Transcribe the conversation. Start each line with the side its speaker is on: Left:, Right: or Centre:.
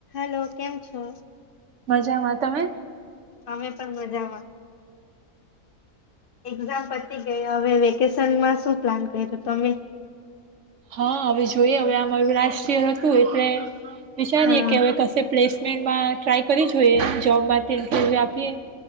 Left: Hello, કેમ છો?
Right: મજામાં તમે?
Left: અમે પણ મજામાં. એક્ઝામ પતી ગઈ હવે વેકેશનમાં શું પ્લાન કર્યો તમે?
Right: હા હવે જોઈએ હવે આમારું રાષ્ટ્ર હતું એટલે વિચારીએ
Left: હા
Right: કે હવે કશે પ્લેસ માં ટ્રાઇ કરી જોઈએ જોબ માટે આપીએ.